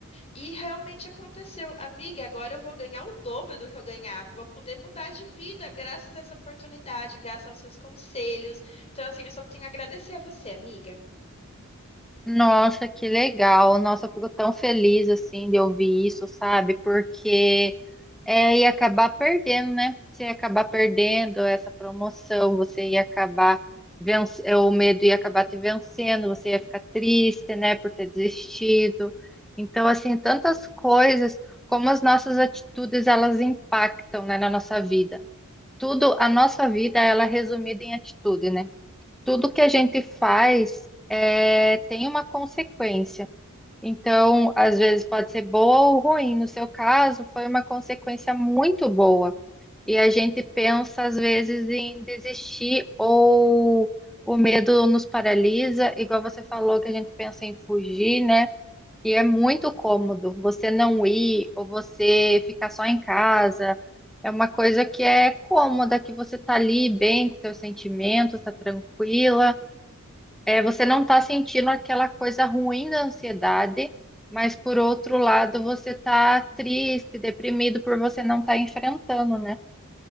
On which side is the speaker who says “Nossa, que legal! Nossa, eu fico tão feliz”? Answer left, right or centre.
Centre